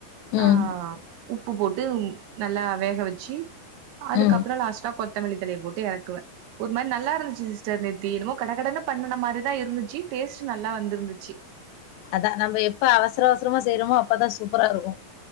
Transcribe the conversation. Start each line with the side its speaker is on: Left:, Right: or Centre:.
Left: ம்.
Right: ஆ உப்பு போட்டு நல்லா வேக வச்சு அதுக்கப்பறோ
Left: ம்.
Right: லாஸ்ட்டா கொத்தமல்லி தழைய போட்டு எறக்குவே ஒரு மாரி நல்லா இருந்துச்சு சிஸ் ஸ்டர் நேத்தி என்னமோ கட கடன்னு பண்ணுன மாரிதா இருந்துச்சு டேஸ்ட் நல்லா வந்திருந்துச்சு
Left: அதா நம்ம எப்ப அவசர அவசரமா செய்யறோமோ அப்பதா சூப்பரா இருக்கு